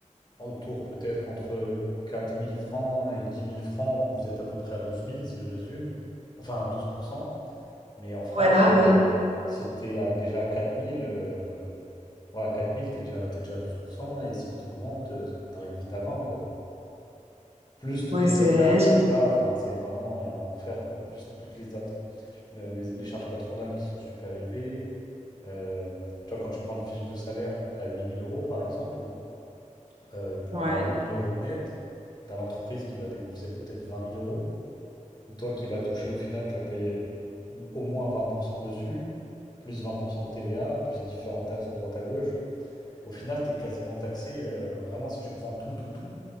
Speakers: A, on the left; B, on the right.
A: autour peut-être entre 4 000 francs et 10 000 francs. Vous êtes à peu près à 12 000, si je résume. Enfin, à 12%. Mais en France,
B: Voilà,
A: euh,
B: ouais.
A: si tu es à, déjà à 4 000, euh, ouais, à 4 000, tu es déjà, t'es déjà à 12%. Et si tu augmentes, tu arrives vite à 20, quoi. Plus toutes
B: Ouais,
A: les
B: c'est...
A: autres taxes
B: je-
A: que tu as, enfin, c'est vraiment euh, un enfer, quoi. Plus toutes les, autres- le- les les charges patronales qui sont super élevées. Euh, tu vois, quand tu prends le fiche de salaire à 8000 euros, par exemple, euh, pour
B: Ouais.
A: avoir 8000 euros net, tu as l'entreprise qui va débourser peut-être 20 000 euros. Toi qui vas toucher au final, tu vas payer au moins 20% dessus, plus 20% de TVA, plus différentes taxes à droite à gauche. Au final, tu es quasiment taxé, euh, vraiment, si tu prends tout, tout, tout,